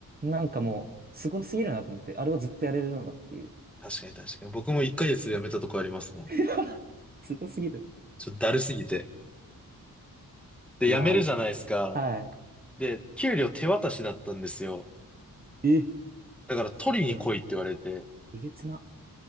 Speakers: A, on the right; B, in the centre.
A: なんかもう、すごすぎるなと思って、あれをずっとやれるのかっていう。
B: 確かに確かに。僕も1ヶ月で辞めたとこありますもん。
A: <laughs> すごすぎる。
B: ちょっとだるすぎて。で、
A: いやー、
B: 辞めるじゃないですか。
A: は
B: で、給料手渡しだったんですよ。
A: い。え、
B: だから取りに来いって言われて。
A: すごい。えげつな。